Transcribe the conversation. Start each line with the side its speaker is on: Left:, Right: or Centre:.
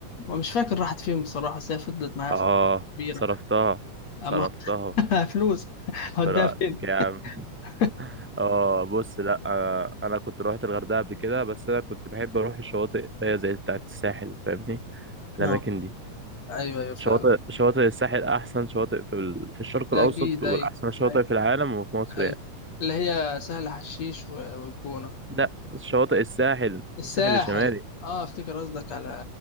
Left: ومش فاكر راحت فين بصراحة بس هي فضلت معايا
Centre: اه
Left: فترة كبيرة
Centre: صرفتها
Left: أما
Centre: صرفتها
Left: <laughs> فلوس هوديها
Centre: براءتك
Left: فين؟
Centre: يا عم
Left: <laughs>
Centre: اه بص لا آه، انا كنت روحت الغردقه قبل كده بس انا كنت بحب اروح الشواطئ اللي هي زي بتاعه الساحل فاهمني الاماكن
Left: نو
Centre: دي
Left: أيوه أيوه فعلا
Centre: شواطئ شواطئ الساحل احسن شواطئ في ال... في الشرق
Left: ده
Centre: الاوسط
Left: أكيد
Centre: والاحسن
Left: أيوه
Centre: شواطئ
Left: أيوه
Centre: في العالم وفي مصر
Left: أيوه.
Centre: يعني
Left: اللي هي سهل حشيش و- والجونة
Centre: لا شواطئ الساحل
Left: الساحل
Centre: الساحل الشمالي
Left: أه أفتكر قصدك على